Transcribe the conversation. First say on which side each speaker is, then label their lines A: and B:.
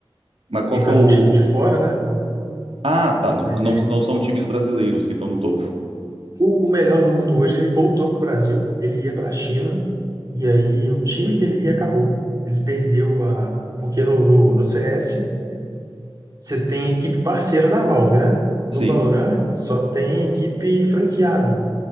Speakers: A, on the right; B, on the right.
A: mas qual
B: ele
A: que
B: tá
A: é o...
B: num time de fora, né?
A: Ah, tá, não,
B: Mas
A: não,
B: ele
A: não são times brasileiros que estão no topo.
B: O, o melhor do mundo hoje, ele voltou para o Brasil, ele ia para a China, e aí o time que ele ia acabou. Ele perdeu a. Porque no, no, no CS, você tem equipe parceira da Valve, né? No
A: Sim.
B: Valorant, só tem equipe franqueado.